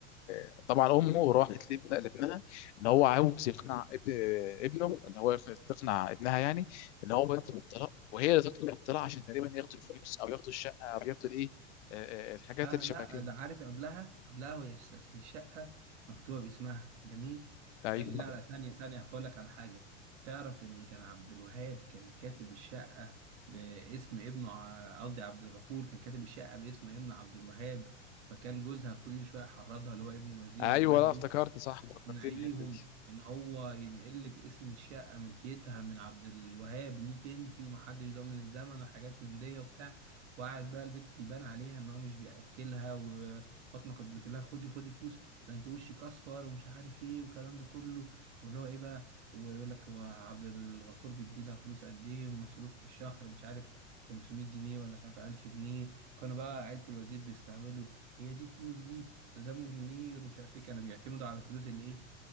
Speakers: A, on the left; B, on the right.
A: و- طبعاً امه راحت لابن لابنها ان هو عاوز يقنع ابن ابنه ان هو يق- تقنع ابنها يعني ان هو يطلب الطلاق وهي اللي تطلب الطلاق عشان تقريبا ياخدوا الفلوس او ياخدوا الشقه او ياخدوا الايه آه، آه، الحاجات
B: لا
A: اللي
B: لا
A: شبه كده
B: ده عارف قبلها قبلها وهي الش- أصل الشقة مكتوبة باسمها جميل
A: ايوه
B: آه لا لا ثانية ثانية هقول لك على حاجة تعرف ان كان عبد الوهاب كان كاتب الشقة باسم ابنه ع- قصدي عبد الغفور كان كاتب الشقة باسم ابن عبد الوهاب فكان جوزها كل شوية يحرضها اللي هو ابن الوزير
A: ايوه
B: ويقول لها
A: لا
B: روح
A: افتكرت صح فكرتني
B: نعيهم
A: الحته دي
B: ان هو ينقل لك اسم الشقه ملكيتها من عبد الوهاب ليك انت ومحدش ضامن الزمن وحاجات من دي وبتاع وقعد بقى البت يبان عليها ان هو مش بياكلها وفاطمه كانت بتقول لها خدي خدي فلوس ده انت وشك اصفر ومش عارف ايه والكلام ده كله واللي هو ايه بقى ويقول لك هو عبد الغفور بيديلها فلوس قد ايه مصروف في الشهر مش عارف 500 جنيه ولا مش عارف 1000 جنيه كانوا بقى عيلة الوزير بيستهبلوا هي دي فلوس دي ده ده مليونير ومش عارف ايه كانوا بيعتمدوا على الفلوس اللي ايه